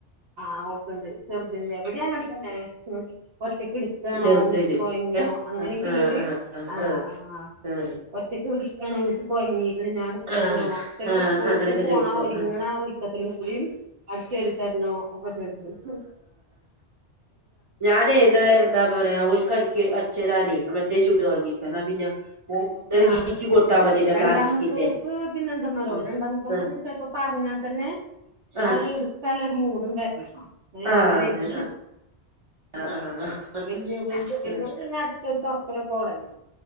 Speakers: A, on the right; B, on the right.
A: ആഹ് ഓക്കണ്ട് ചെറുതല്ല എവിടെ <unintelligible> ഒറ്റക് എടുക്കണോ
B: ചെറുതിന്
A: മച്ച് പഴങ്ങിയോ
B: ഏഹ്
A: അങ്ങനെയൊക്കെള്ളൊരു
B: ആഹ് ആഹ് ആഹ്
A: ആ ആ
B: ആഹ് ആഹ്
A: ഒറ്റയ്ക്ക് പിടിക്കണ വട്ടച്ച് കൊഴങ്ങി ഇ ഞ അടുത്തരണോ
B: ആഹ്
A: ചിലപ്പോ
B: ആഹ്
A: സ്കൂൾക്ക്
B: അങ്ങനൊക്കെ
A: പോണ
B: ചോയിക്കും
A: ഒരുങ്ങണ
B: ആഹ്
A: ഒരുരിക്കത്തിലും കൂടി അടിച്ചറിത്തരണോ ഒക്കെ ചോയിച്ചും
B: ഞാൻ ഏത് എന്താ പറയാ ഒരുക്ക് അടി അടിച്ചുരാനേ മറ്റേ ചൂട് വാങ്ങിക്ക എന്നാ പിന്നെ ഇങ്ങനെ
A: ആഹ
B: നീക്കി കൊടുത്താ മതിയല്ലോ
A: രണ്ടാമത്തോക്ക്
B: പ്ലാസ്റ്റിക്കിന്റെ
A: പിന്നെ എന്താെന്നാറോ
B: ആഹ്
A: രണ്ടാമത്തെ തോക്ക് ചപ്പോ പറഞ്ഞ അാൽ തന്നെ
B: ആഹ്
A: ആര് എടുക്കാല ഒരു മൂടും വരണം
B: ആഹ്
A: അങ്ങനെയാണ്
B: അതെ ആഹ്
A: ആ
B: ആഹ് ആഹ്
A: ആ വല്യത് വല്യ
B: ആഹ് ആഹ്
A: പിന്നെ അടിച്ചൊരു തുടക്കലൊക്കന്നേ